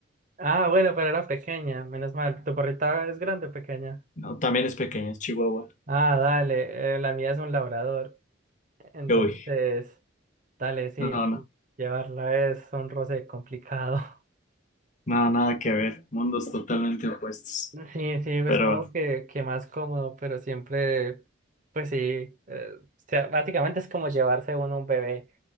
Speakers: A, on the right; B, on the left.
A: Ah, bueno, pero era pequeña, menos mal. ¿Tu perrita es grande o pequeña?
B: No, también es pequeña, es Chihuahua.
A: Ah, dale, eh, la mía es un labrador. Entonces,
B: Uy,
A: dale, sí,
B: no, no,
A: sí, llevarla es un roce complicado.
B: no, nada que ver, mundos totalmente opuestos.
A: Sí, sí, pues
B: Pero,
A: supongo que, que más cómodo, pero siempre, pues sí, eh, o sea, básicamente es como llevarse uno un bebé